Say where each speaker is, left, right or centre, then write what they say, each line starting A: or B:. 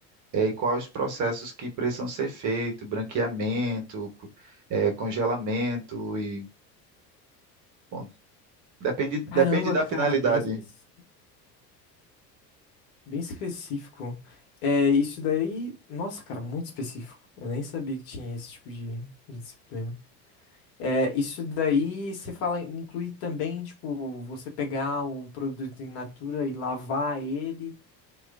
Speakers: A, on the right; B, on the left.
A: é, e quais os processos que precisam ser feitos, branqueamento, co- é, congelamento e bom, depende, depende
B: Caramba,
A: da
B: cara,
A: finalidade.
B: bem específico. Bem específico. É, isso daí. Nossa, cara, muito específico. Eu nem sabia que tinha esse tipo de, de disciplina. É, isso daí você fala, inclui também, tipo, você pegar o produto in natura e lavar ele